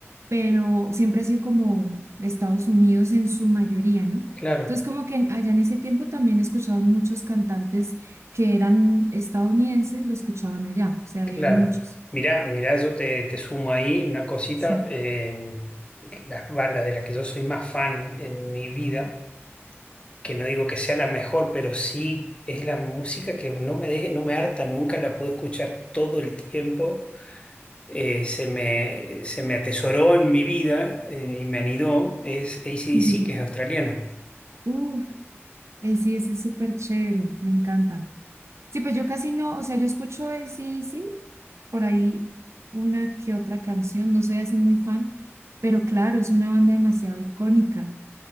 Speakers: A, on the right; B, on the left.
A: pero siempre ha sido como de Estados Unidos en su mayoría, ¿no?
B: Claro,
A: Entonces, como que en- allá en ese tiempo también escuchaban muchos cantantes que eran estadounidenses, lo escuchaban allá, o sea,
B: claro.
A: habían muchos.
B: Mirá, mirá, yo te, te sumo ahí una cosita.
A: Sí,
B: eh, las bandas de las que yo soy más fan en mi vida que no digo que sea la mejor, pero sí es la música que no me deje, no me harta nunca, la puedo escuchar todo el tiempo. Eh, se me, se me atesoró en mi vida eh, y me anidó, es AC/DC,
A: sí, sí. sí.
B: que es australiana.
A: Uf, AC/DC es súper chévere, me encanta. Sí, pues yo casi no, o sea, yo escucho sí, sí por ahí una que otra canción, no soy así muy fan, pero claro, es una banda demasiado icónica.